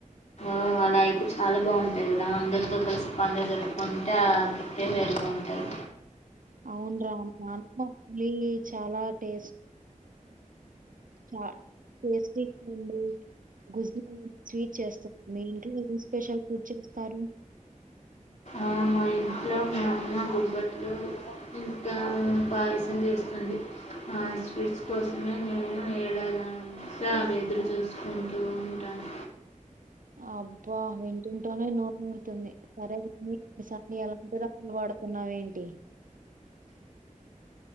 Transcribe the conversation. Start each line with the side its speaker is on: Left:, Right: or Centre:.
Left: ఓ అలా అయితే చాలా బాగుంటది కదా అందరితో కలిసి పండగ జరుపుకుంటే ఆ కిక్కే వేరుగ ఉంటది
Right: అవును రా మా ఆంధ్రకేలి చాలా టేస్ చ టేస్టిగుంది గుజ <unintelligible> స్వీట్ చేస్త మీ ఇంట్లో ఏం స్పెషల్ ఫుడ్ చేస్తారు
Left: ఆ మా ఇంట్ ఇంట్లో మా అమ్మ బొబ్బట్లు ఇంకా పాయసం చేస్తుంది ఆ స్వీట్స్ కోసమే నేను ఏడాదంత ఎదురు చూస్ కుంటూ ఉంటాను
Right: అబ్బా వింటుంటోనే నోరు వూరుతుంది సరేన్ని ఈసారి ఎలాంటి రకాలు వాడుతున్నావేంటి